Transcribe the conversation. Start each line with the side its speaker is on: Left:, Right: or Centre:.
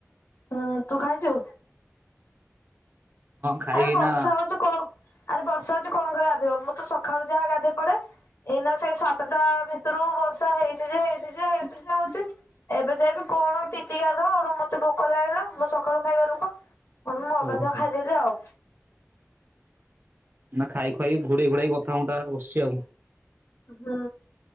Left: ହୁଁ ତୁ ଖାଇଛୁ
Right: ଖାଇ
Left: ଆରେ
Right: ଏଇନା
Left: ବର୍ଷା ହଉଚି କଣ ଆରେ ବର୍ଷା ହେଛି କଣ କରି ଗାଧବ ମୁଁ ତ ସକାଳୁ ଯାହା ଗାଧେଇ ପଡେ ଏଇନା ସେଇ ସାତଟା ଭିତ ତେରୁ ବର୍ଷା ହେଇଛି ଯେ ହେଇଛି ଯେ ହେଇଛି ଯେ ହଉଛି ଏବେ ତ ଏବେ କଣ ଟି <inaudible> ମତେ ଭୋକ ଲାଗିଲା ମୁଁ ସକାଳୁ ଖାଇବା ଲୋକ ମୁଁ ଅଗାଧୁଆ
Right: ଓହୋ
Left: ଖାଇଦେଲି ଆଉ
Right: ନା ଖାଇ ଖୁାଇ ଘୋଡେଇ ଘୋଡେଇ କଥା ହଁ ଟା ବସିଛି ଆଉ
Left: ହୁଁ